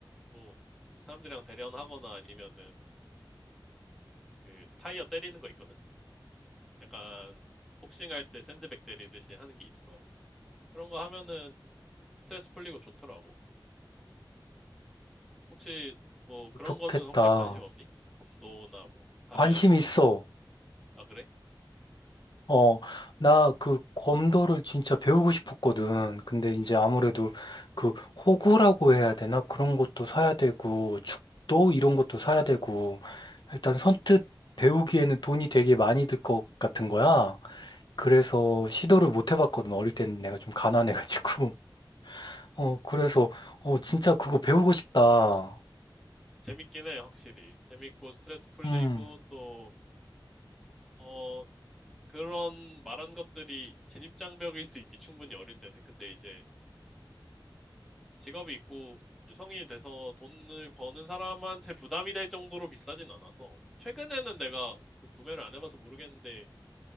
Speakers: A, in the centre; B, on the left.
A: 뭐 사람들이랑 대련하거나 아니면은 그 타이어 때리는 거 있거든? 약간 복싱할 때 샌드백 때리듯이 하는 게 있어. 그런 거 하면은 스트레스 풀리고 좋더라고. 혹시 뭐 그런
B: 좋겠다.
A: 거는 혹시 관심 없니? 검도나 뭐 다른,
B: 관심 있어.
A: 아 그래?
B: 어, 나 그 검도를 진짜 배우고 싶었거든. 근데 이제
A: 음,
B: 아무래도 그 호구라고 해야 되나? 그런 것도 사야 되고, 죽도 이런 것도 사야 되고, 일단 선뜻 배우기에는 돈이 되게 많이 들 것 같은 거야. 그래서 시도를 못 해봤거든. 어릴 때는 내가 좀 가난해가지고. <laughs> 어, 그래서, 어, 진짜 그거 배우고 싶다.
A: 재밌긴 해, 확실히. 재밌고 스트레스 풀리고
B: 음,
A: 또, 어, 그런 말한 것들이 진입장벽일 수 있지, 충분히 어릴 때는. 근데 이제 직업이 있고 이제 성인이 돼서 돈을 버는 사람한테 부담이 될 정도로 비싸진 않아서. 최근에는 내가 그 구매를 안 해봐서 모르겠는데